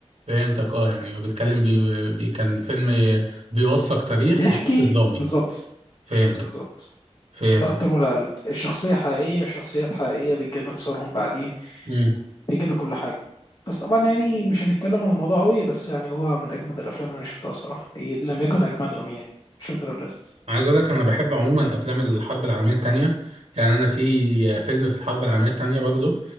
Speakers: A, on the right (about 65°); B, on the left (about 40°).
A: فهمتك اه يعني وبيتكلم بي... بي... كان فيلم بيوثق تاريخ
B: بيحكي
A: في شكل درامي
B: بالظبط
A: فهمتك
B: بالظبط
A: فهمتك
B: لا أكتر ولا أقل الشخصية حقيقية شخصيات حقيقية بتجيب لك صورهم بعدين
A: امم
B: بيجيب لي كل حاجه بس طبعا يعني مش هنتكلم عن الموضوع قوي بس يعني هو من اجمد الافلام اللي انا شفتها الصراحه إيه، لم يكن اجمدهم يعني شندر ليست
A: عايز اقول لك انا بحب عموما افلام الحرب العالميه الثانيه يعني انا في فيلم في الحرب العالميه الثانيه برضو